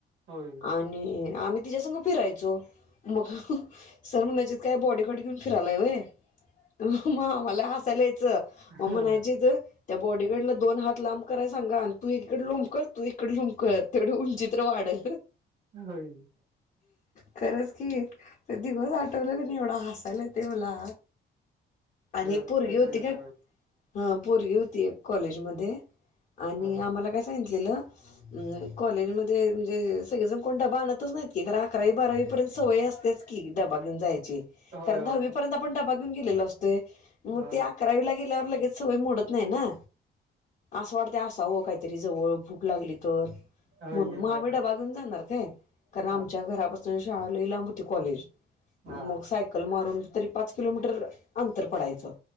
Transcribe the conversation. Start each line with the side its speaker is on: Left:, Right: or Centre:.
Right: होय.
Left: आणि आम्ही तिच्या संघ फिरायचो मग सर म्हणाचत काय बॉडीकट घेऊन फिरायलाय वय मग आम्हाला हसायला यायचं
Right: हां.
Left: मग म्हणायचं ग त्या बॉडीगारडला दोन हात लांब कराय सांगा आणि तू एकीकडे लोंब कर तू इकड लुमकळत तेवढे उंचीत्र वाढल
Right: होय
Left: खरंच की तर दिवस आठवलं क नाही एवढा हासायला ते मला आणि
Right: दिवस
Left: एक पोरगी
Right: पहिले
Left: होती का
Right: हा
Left: हं पोरगी होती एक कॉलेजमध्ये आणि
Right: हा
Left: आम्हाला काय सांगितलेलं अ कॉलेजमध्येध्ये म्हणजे सगळेजण कोण डबा आणतच नाहीत की कारण अकरावी बारावी पर्यंत सवय असत च की डबा घेऊन जायचे
Right: होय,
Left: कारण
Right: होय.
Left: दहावीपर्यंत आपण डबा घेऊ गेलेलो असतो मग
Right: हा
Left: ते अकरावी ला गेल्यावर लगेच सवय मोडत नाही ना आसवाडते असावं काहीतरी जवळ भक लागली तर
Right: होय
Left: म्हण
Right: की
Left: मग
Right: हा
Left: आम्ही डबा घेऊन जाणार काय कारण आमच्या
Right: हा
Left: घरापासून श लाबती कॉलेज मग
Right: हा
Left: सायकल मारून तरी पाच किलोमीटर अंतर पडायचं